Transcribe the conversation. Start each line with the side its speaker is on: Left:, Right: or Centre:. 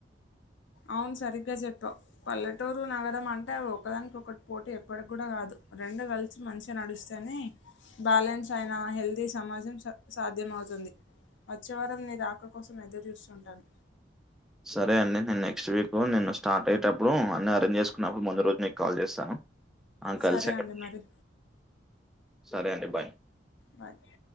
Left: అవును సరిగ్గా చెప్పావ్ పల్లెటూరు నగరం అంటే ఒకదానికి ఒకటి పోటీ ఎప్పటికి కూడా కాదు రెండు కల్ ల్సి మంచిగా నడిస్తేనే బ్యాలెన్స్ అయిన హెల్తీ సమాజం స సాధ్యం అవుతుంది వచ్చేవారం నీ రాక కోసం ఎదురు చూస్తుంటాను
Centre: సరే అండి నేను నెక్స్ట్ వీక్ నేను స్టార్ట్ అయ్యేటప్పుడు అన్ని అరేంజ్ చేసుకున్నప్పుడు ముందు రోజు నీకు కాల్ చేస్తాను ఆ కల్సే
Left: సరే
Centre: అండి
Left: మరి
Centre: <inaudible> సరే అండి బాయ్
Left: పద్ది